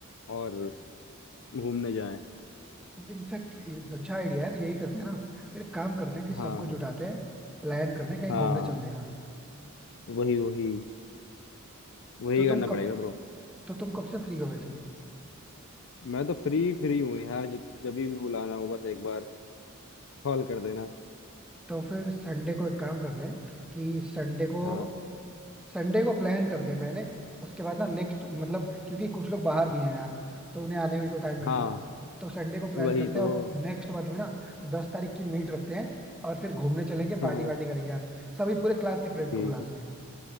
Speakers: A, on the left; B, in the centre.
A: और घूमने जाएं
B: इनफैक्ट अच्छा आइडिया यार यही करते हैं ना फिर काम करते हैं कि सबको
A: हाँ
B: जुटाते हैं प्लान करते हैं कहीं
A: हाँ
B: घूमने चलने का
A: वही वही वही
B: तो तुम
A: करना पड़ेगा ब्रो
B: तो तुम कब से फ्री हो वैसे
A: मैं तो फ्री फ्री हूँ यार ज- जब भी बुलाना हो बस एक बार कॉल कर देना
B: तो फिर संडे को एक काम करते हैं कि संडे को
A: हाँ
B: संडे को प्लान करते हैं पहले उसके बाद ना नेक्स्ट मतलब क्योंकि कुछ लोग बाहर भी हैं यार तो उन्हें आने में भी तो टाइम लगेगा
A: हाँ
B: तो संडे को प्लान
A: वही
B: करते
A: तो
B: हैं और
A: <laughs>
B: नेक्स्ट मंथ में ना दस तारीख की मीट रखते हैं और फिर घूमने चलेंगे पार्टी
A: हाँ हाँ,
B: वार्टी करेंगे यार सभी पूरे क्लास के फ्रेंड्स
A: ठीक
B: को बुलाते
A: है
B: हैं